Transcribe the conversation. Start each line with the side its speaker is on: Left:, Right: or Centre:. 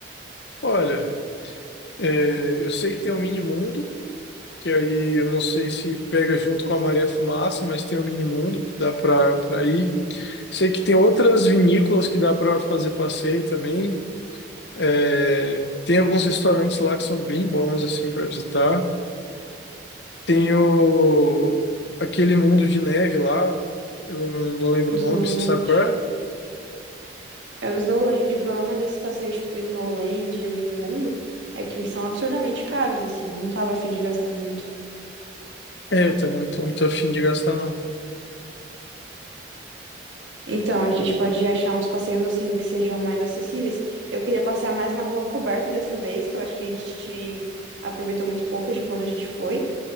Left: Olha, é, eu sei que tem o Mini Mundo, que aí eu não sei se pega junto com a Maré Fumaça, mas tem o Mini Mundo que dá para para ir. Sei que tem outras vinícolas que dá para fazer passeio também. É, tem alguns restaurantes lá que são bem bons assim para visitar. Tem o, aquele mundo de neve lá, eu não não lembro o nome,
Right: Snowland.
Left: você sabe qual é?
Right: É o Snowland. O problema desses passeios, tipo, o Snowland e o Minimundo, é que eles são absurdamente caros, assim. Eu não tava afim de gastar muito.
Left: É, eu também não tô muito afim de gastar não.
Right: Então, a gente pode achar uns passeios, assim, que sejam mais acessíveis. Eu queria passear mais na rua coberta dessa vez, que eu acho que a gente aproveitou muito pouco de quando a gente foi.